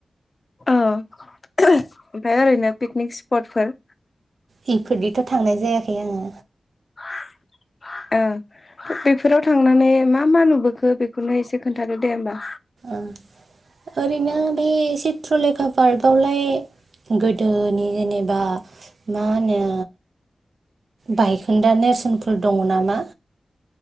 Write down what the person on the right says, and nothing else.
बेफोरनिथ' थांनाय जायाखै आङो
ओं ओरैनो बे एसे ट्रलेका पार्कआवलाय गोदोनि जेनेबा मा होनो बायखोन्दा नेरसोनफोर दङ नामा?